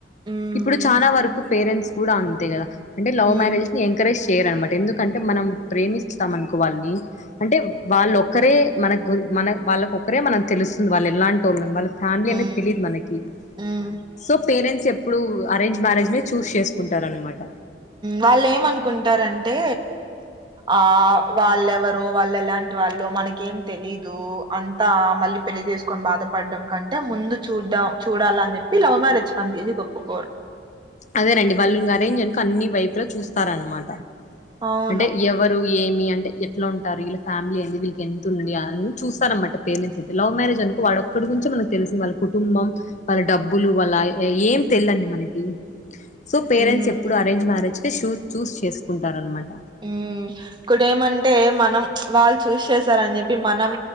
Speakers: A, on the right; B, on the left.
A: ఉమ్
B: ఇప్పుడు, చాలావరకు, పేరెంట్స్, కూడా, అంతే, కదా, అంటే, లవ్
A: ఉమ్
B: మ్యారేజ్స్, ని, ఎంకరేజ్, చేయరునమాట, ఎందుకంటే, మనం, ప్రేమిస్తాం, అనుకో, వాళ్ళని, అంటే, వాళ్ళొక్కరే, మన, గు, మన, వాళ్ళకు, ప్పుే <unintelligible> మనకి, తెలుస్తుంది. వాళ్ళు, ఎలాంటోలో, వాళ్ళఫ్యామిలీ,
A: ఉమ్
B: అనేది, తెలీయదు, మనకి,
A: ఉమ్
B: సో, పేరెంట్స్, చెప్ ఇప్పుడు, అరేంజ్, మ్యారేజ్నే, చూస్, చేసుకుంటారనమాట.
A: వాళ్ళు, ఏమనుకుంటారంటే, ఆ, వాళ్ళెవరో, వాళ్ళు, ఎలాంటివాళ్ళు, మనకేం, తెలీదు, అంతా, మళ్ళీ, పెళ్లిచేసుకొని, బాధపడడం, కంటే, ముందు, చూద్దం, చూడాలని, చెప్పి, లవ్ మ్యారేజ్, కాంతిసీగా ఒప్పుకోరు,
B: అదేనండి. వాళ్ళు, గరేంజనుక, అన్ని, వైపు, లో చూస్తారనమాట,
A: అవును.
B: అంటే, ఎవరు, <unintelligible> ఏమి, అంటే, ఎట్లా, ఉంటారు. వీళ్ళ, ఫ్యామిలీ, ఏంది, వీళ్ళకి, ఎంతఉంది, అ, చూస్తారన్నమాట లవ్ మారేజ్, అనుకో, వాడొక్కడి, గురించి, మనకు, తెలుసింది. వాళ్ళ, కుటుబం. వాళ్ళ, డబ్బులు, వాళ్ళ, ఏం, తెల్దండి, మనకి, సో, పేరెంట్స్,
A: హ్మ్.
B: ఎప్పుడు, అరేంజ్, మ్యారేజ్కి, చూ చూస్, చేసుకుంటారనమాట,
A: హ్మ్మ్ ఇప్పుడ, మీ, ఏమంటే, మనం, వాళ్ళు, చూస్, చేసారని, చెప్పి, మనం,